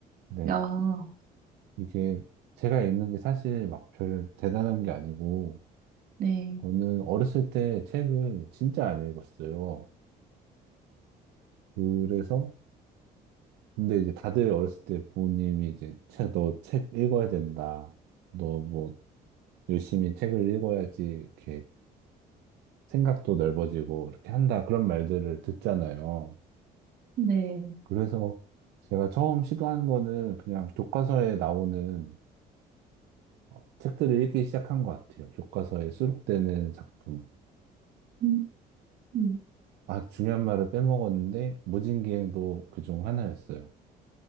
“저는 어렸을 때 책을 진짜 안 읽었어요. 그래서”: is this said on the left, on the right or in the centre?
Right